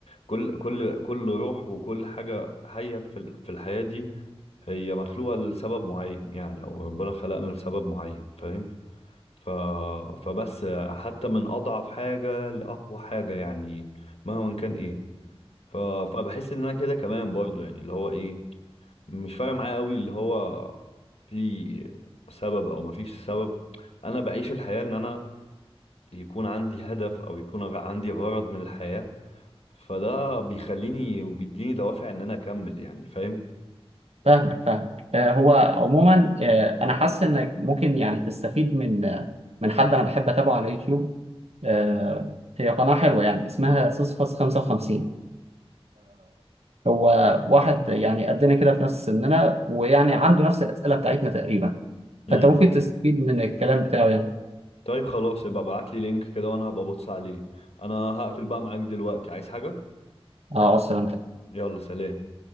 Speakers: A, on the left (about 75°); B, on the right (about 85°).
A: كل كل كل روح وكل حاجه حيه في ال- في الحياه دي هي مخلوقه لسبب معين يعني او ربنا خلقنا لسبب معين فاهم ف فبس حتى من اضعف حاجه لاقوى حاجه يعني مهما كان ايه ف فبحس ان انا كده كمان برضو يعني اللي هو ايه مش فارق معايا قوي اللي هو في سبب او مفيش سبب انا بعيش الحياه ان انا يكون عندي هدف او يكون غ- عندي غرض من الحياة فده بيخليني وبيديني دوافع ان انا اكمل يعني فاهم
B: فاهمك فاهمك آه، هو عموما آه، انا حاسس انك ممكن يعني تستفيد من آه، من حد انا بحب اتابعه على يوتيوب آه، هي قناة حلوة يعني اسمها سوسفاس 55 هو واحد يعني قدنا كده في نفس سننا ويعني عنده نفس الأسئلة بتاعتنا تقريبا
A: امم
B: فانت ممكن تستفيد من الكلام بتاعه يعني
A: طيب خلاص يبقى ابعت لي لينك كده وانا هبقى ابص عليه انا هقفل بقى معاك دلوقتي عايز حاجة
B: اه على السلامة
A: يلا سلام